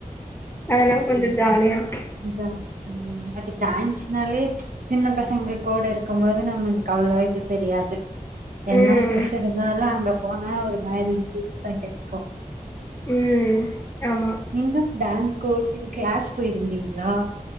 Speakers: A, on the left; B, on the right.
A: அதனால் கொஞ்சோ ஜாலியாருக்கூ
B: இதா ம் அது டான்ஸ்னாலே சின்ன பசங்கள் கோட இருக்கும்போது நம்ம இந்து கவல இது தெரியாது என்ன
A: ம்
B: ஸ்ஃபிரஷர் இருந்தாலு அங்க போனா ஒரு மாரிவ பீஸ் தா கெடைக்கோ
A: ம் ஆமா
B: நீங்க டான்ஸ் கோச்சிங் க்ளாஸ் போயிருந்தீங்களா